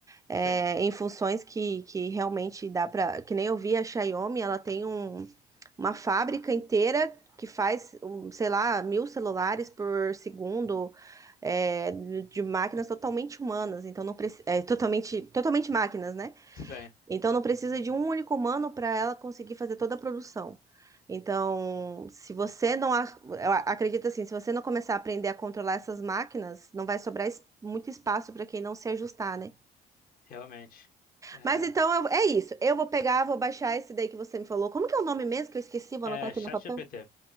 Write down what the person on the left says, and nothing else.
Sim,
sim,
realmente. É,
é
ChatGPT.